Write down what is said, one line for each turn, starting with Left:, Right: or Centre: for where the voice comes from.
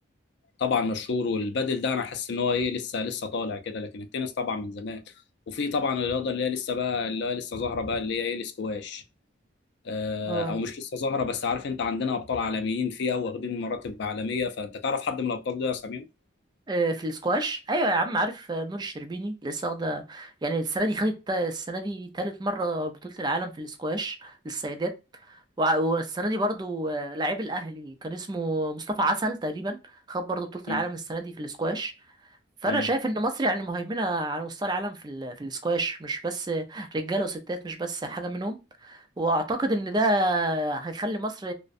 Left: طبعا مشهور والبادل ده انا حاسس ان هو ايه لسه لسه طالع كده لكن التنس طبعا من زمان وفي طبعا الرياضه اللي هي لسه بقى اللي هي لسه ظاهره بقى اللي هي ايه الاسكواش آه
Right: اه
Left: او مش لسه ظاهره بس عارف انت عندنا ابطال عالميين فيها واخدين مراتب عالميه فانت تعرف حد من الابطال دول يا سمير؟
Right: آه، في السكواش ايوه يا عم عارف آه، نور الشربيني لسه واخده يعني السنه دي خدت تا- السنه دي تالت مره بطوله العالم في السكواش للسيدات وع- والسنه دي برضو آه، لعيب الاهلي كان اسمه مصطفى عسل تقريبا خد برضو بطوله العالم
Left: مم.
Right: السنه دي في السكواش فانا
Left: مم.
Right: شايف ان مصر يعني مهيمنه على مستوى العالم في ال في الاسكواش مش بس رجاله وستات مش بس حاجه منهم واعتقد ان ده هيخلي مصر